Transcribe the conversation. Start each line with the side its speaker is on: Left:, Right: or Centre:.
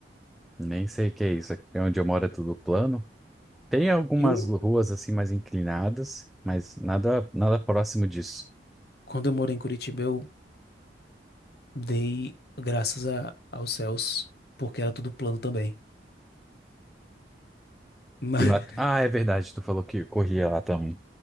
Centre: nem sei o que é isso, aqui onde eu moro é tudo plano. Tem algumas
Left: Eu,
Centre: ruas assim mais inclinadas, mas nada, nada próximo disso.
Left: quando eu morei em Curitiba, eu dei graças a, aos céus, porque era tudo plano também. Mas,
Centre: E lá, ah, é verdade, tu falou que corria lá também.